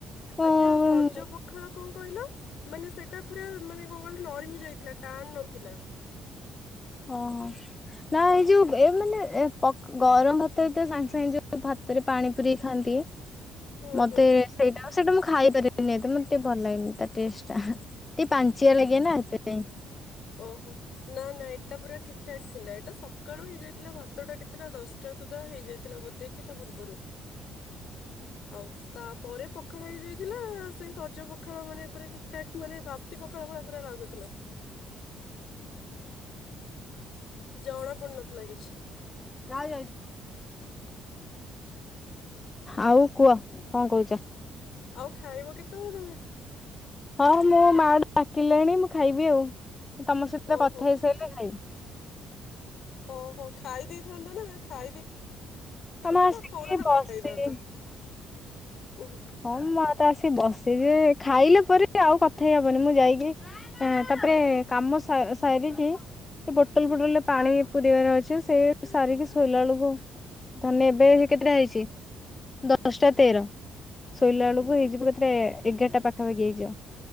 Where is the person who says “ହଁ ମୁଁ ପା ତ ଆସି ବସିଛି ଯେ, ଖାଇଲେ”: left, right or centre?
Left